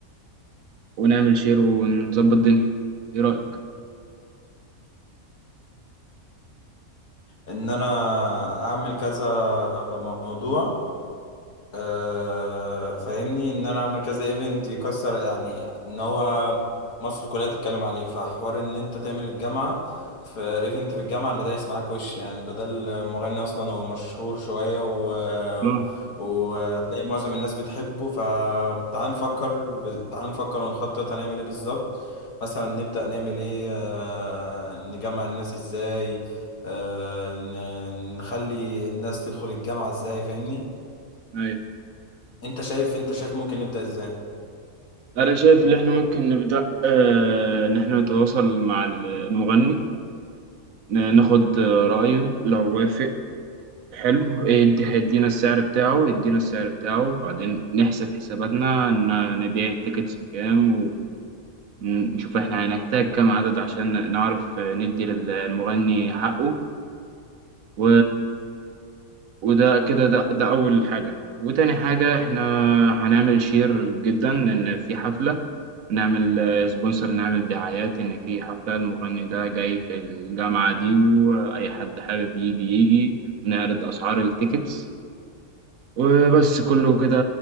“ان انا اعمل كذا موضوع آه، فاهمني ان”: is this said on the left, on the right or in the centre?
Left